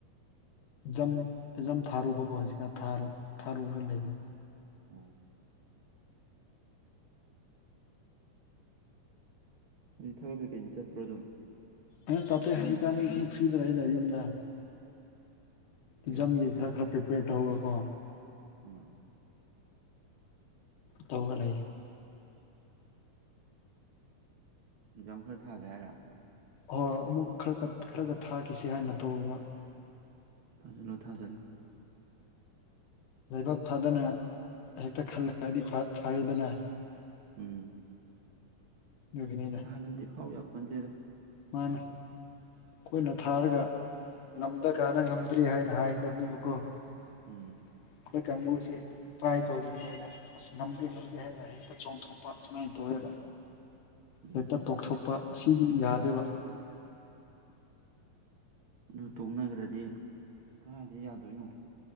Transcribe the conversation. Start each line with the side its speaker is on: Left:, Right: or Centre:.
Left: ꯖꯝ ꯖꯝ ꯊꯥꯔꯨꯕꯀꯣ ꯍꯧꯖꯤꯛꯀꯥꯟ ꯊꯥꯔ ꯊꯥꯔꯨꯨꯔ ꯂꯩꯅꯤ
Right: ꯎꯝ ꯍꯧꯖꯤꯛ ꯊꯕꯛ ꯀꯩꯀꯩꯗꯤ ꯆꯠꯄ꯭ꯔꯣ ꯑꯗꯨꯝ
Left: ꯑꯥ ꯆꯠꯇꯦ ꯍꯧꯕꯤꯛ ꯀꯥꯟꯗꯤ ꯑꯗꯨꯝ ꯐ꯭ꯔꯤꯗꯔꯗ ꯂꯩꯌꯦꯗ ꯌꯨꯝꯗ
Right: ꯑꯦ
Left: ꯑꯦꯖꯝꯒꯤ ꯈꯔ ꯈꯔ ꯄ꯭ꯔꯤꯄꯦꯌꯔ ꯇꯧꯔꯒ ꯀꯣ
Right: ꯎꯝ
Left: ꯇꯧꯒ ꯂꯩ
Right: ꯑꯦꯛꯖꯥꯝ ꯈꯔ ꯊꯥꯒꯦ ꯍꯥꯏꯔꯣ
Left: ꯍꯣꯏ ꯑꯃꯨꯛ ꯈꯔ ꯈꯔꯒ ꯊꯥꯈꯤꯁꯦ ꯍꯥꯏꯅ ꯇꯧꯕꯔꯕ
Right: ꯊꯥꯖꯜꯂꯣ ꯊꯥꯖꯜꯂꯣ
Left: ꯂꯥꯏꯕꯛ ꯐꯥꯗꯅ ꯍꯦꯛꯇ ꯈꯜꯂꯒꯗꯤ ꯐꯔꯗꯅ
Right: ꯎꯝ
Left: ꯑꯗꯨꯒꯤꯅꯤꯗ
Right: ꯊꯥꯗꯗꯤ ꯐꯥꯎꯎ ꯌꯥ ꯄꯣꯟꯇꯦꯗ
Left: ꯃꯥꯅꯦ ꯑꯩꯈꯣꯏꯅ ꯊꯥꯔꯒ ꯉꯝꯗ ꯀꯥꯟꯅ ꯉꯝꯗ꯭ꯔꯤ ꯍꯥꯏꯅ ꯍꯥꯏꯒꯗꯕꯅꯦꯕꯀꯣ ꯑꯩꯣꯏ
Right: ꯎꯝ
Left: ꯀꯪꯒꯁ ꯇꯥꯏ ꯇꯧ ꯇꯠꯇ꯭ꯔꯤꯉꯩꯗ ꯑꯁ ꯅꯝꯗꯦ ꯅꯝꯗꯦ ꯍꯥꯏꯅ ꯍꯦꯛꯛꯇ ꯆꯣꯡꯊꯣꯛꯄ ꯁꯨꯃꯥꯏꯅ ꯇꯧꯋꯦꯕ
Right: ꯎꯝ
Left: ꯍꯦꯛꯇ ꯇꯣꯛꯊꯣꯛꯄ ꯑꯁꯤꯗꯤ ꯌꯥꯗꯦꯕ
Right: ꯑꯗꯨ ꯇꯣꯛꯅꯈ꯭ꯔꯗꯤ ꯀꯗꯥꯏꯗ ꯌꯥꯗꯣꯏꯅꯣ